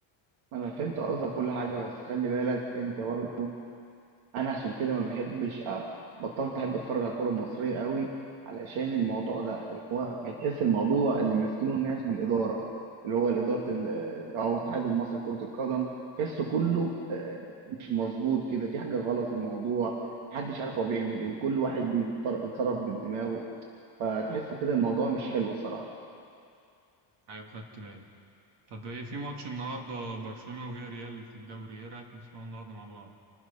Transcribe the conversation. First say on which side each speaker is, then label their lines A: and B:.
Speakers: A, on the right; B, on the right.
A: انا فهمت قصدك كل حاجه بس خلي بالك انت برضه انا عشان كده ما بحبش أ- بطلت احب اتفرج على الكوره المصريه قوي علشان الموضوع ده هتحس الموضوع اللي ماسكينه الناس من الاداره اللي هو الاداره ال- او الاتحاد المصري لكره القدم تحسه كله آه، مش مظبوط كده في حاجه غلط في الموضوع محدش عارف هو بيعمل ايه كل واحد بيتصر- يتصرف بدماغه فتحس كده الموضوع مش حلو الصراحه
B: أيوة خدت بالي طب إيه في ماتش النهاردة برشلونة وفيا ريال في الدوري إيه رأيك نسمعه النهاردة مع بعض؟